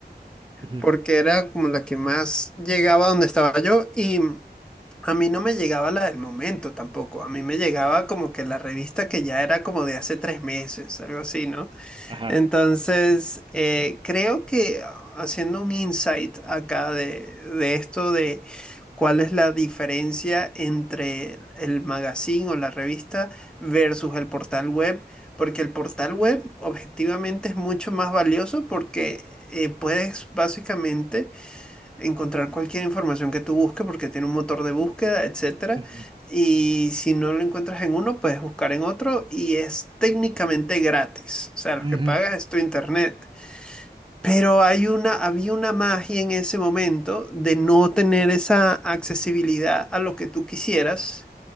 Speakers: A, on the right; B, in the centre.
A: wow
B: porque era como la que más llegaba a donde estaba yo y a mí no me llegaba la del momento tampoco, a mí me llegaba como que la revista que ya era como de hace tres meses, algo así, ¿no?
A: ajá.
B: Entonces, eh, creo que ah, haciendo un insight acá de, de esto de cuál es la diferencia entre el magazine o la revista versus el portal web. Porque el portal web objetivamente es mucho más valioso porque eh, puedes básicamente encontrar cualquier información que tú busques porque tiene un motor de búsqueda, etcétera.
A: Ujú,
B: Y si no lo encuentras en uno, puedes buscar en otro y es técnicamente gratis. O sea, lo
A: ujú,
B: que pagas es tu internet. Pero hay una, había una magia en ese momento de no tener esa accesibilidad a lo que tú quisieras